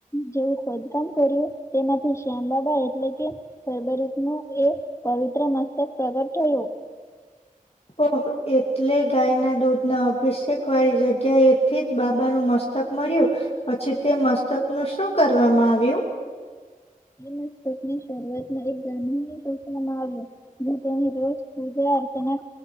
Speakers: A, on the left; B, on the left.
A: જેવું ખોદકામ કર્યું. તેમાંથી શ્યામ બાબા એટલે કે. ગરભરીત નું એ પવિત્ર મસ્તક પ્રગટ થયું.
B: ઓહ એટલે ગાય ના દૂધ ના અભિષેક વાળી જગ્યા એથી જ બાબાનું મસ્તક મસ્તક મળ્યું, પછી તે મસ્તક નું શું કરવામાં આવ્યું?
A: એ મસ્તક ની શરૂઆત એક ગ્રામીણ ની સૂચવામાં આવ્યું. જે તેની રોજ પૂજા અર્ચના